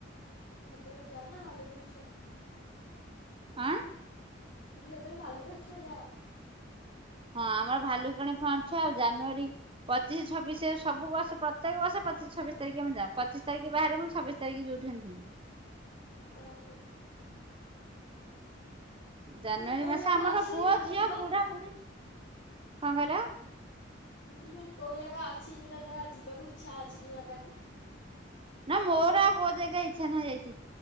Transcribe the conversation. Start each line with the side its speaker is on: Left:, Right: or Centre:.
Left: ତମେ ଯାଅ ନା ବାଲୁକୁଣି ଛୁଆ।
Right: ଆଁ?
Left: ମୁଁ କହିଲି ହୋତେଳେ ଭାଲୁକୁଣି ଛୁଆ ଯାଅ।
Right: ହଁ ଆମର ଭାଲୁ କିଣି ଫଣ୍ଡ ଝୁଆ ଆଉ ଜାନୁଆରୀ ପଚିଶୀ ଛବିଶି ସବୁ ବର୍ଷ ପ୍ରତ୍ୟେକ ବର୍ଷଚିଶ ଛବିଶ ତାରିଖେ ମୁଁ ଯା ପଚିଶ ତାରିଖ ବାହାରେ ମୁଁ ଛବି ାରି ଯୋଉଠିଅନିଥାନ୍ତି <unintelligible>
Left: ଓହୋ।
Right: ଜାନୁଆରୀ
Left: ତୁ କୋଉ
Right: ମାସ
Left: ଜାଗା
Right: ଆମର
Left: ଅଛି
Right: ପୁଅ
Left: ଯେ ତମେ
Right: ଝିଅ
Left: ଯିବ?
Right: ବୁଢା ବୁଢୀ କଣ କହିଲ?
Left: <unintelligible> କୋଉ ଜାଗା ଅଛି ଯୋଉଟା ଜାଗା ଯିବାକୁ ଇଚ୍ଛା ଅଛି ଯୋଉ ଜାଗାକୁ।
Right: ନା ମୋର ଆଉ କୋଉ ଜାଗା ଇଚ୍ଛା ନାହିଁ ଯାଇଛି